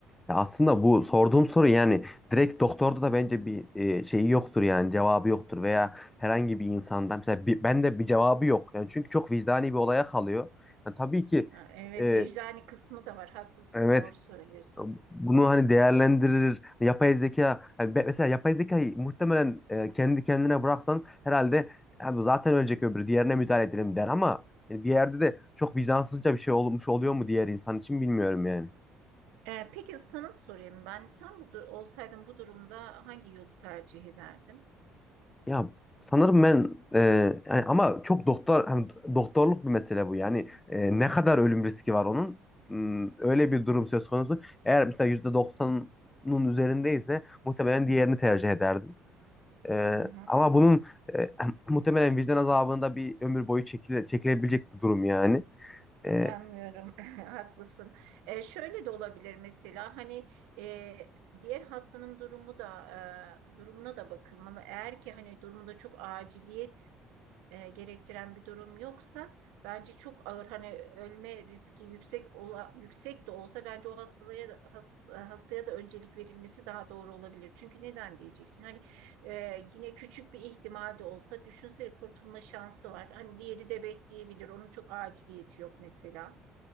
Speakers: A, on the left; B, on the right.
A: ya aslında bu sorduğum soru yani direkt doktorda da bence bir e, şeyi yoktur yani cevabı yoktur veya herhangi bir insandan mesela bir, ben de bir cevabı yok. Yani çünkü çok vicdani bir olaya kalıyor. Yani tabii ki
B: Ha, evet
A: e,
B: vicdani kısmı da var. Haklısın,
A: evet
B: doğru söylüyorsun.
A: bunu hani değerlendirir. Yapay zeka yani be- mesela yapay zekayı muhtemelen e, kendi kendine bıraksan herhalde "Abi zaten ölecek öbürü diğerine müdahale edelim der ama e, bir yerde de çok vicdansızca bir şey olmuş oluyor mu diğer insan için bilmiyorum yani.
B: E, peki sana sorayım ben. Sen bu du- olsaydın bu durumda hangi yolu tercih ederdin?
A: Ya sanırım ben e, yani ama çok doktor hani doktorluk bir mesele bu yani E, ne kadar ölüm riski var onun Hmm, öyle bir durum söz konusu. Eğer mesela %90'ın üzerindeyse muhtemelen diğerini tercih ederdim. Ee,
B: Hı hı.
A: ama bunun e, <clears throat> muhtemelen vicdan azabında bir ömür boyu çekile, çekilebilecek bir durum yani. Ee,
B: Anlıyorum, <laughs> haklısın. E, şöyle de olabilir mesela hani e, diğer hastanın durumu da e, durumuna da bakılmalı. Eğer ki hani durumunda çok aciliyet e, gerektiren bir durum yoksa bence çok ağır hani ölme riski yüksek ola, yüksek de olsa bence o hastalığa da- has- hastaya da öncelik verilmesi daha doğru olabilir. Çünkü neden diyeceksin? Hani e, yine küçük bir ihtimal de olsa düşünsene kurtulma şansı var. Hani diğeri de bekleyebilir. Onun çok aciliyeti yok mesela.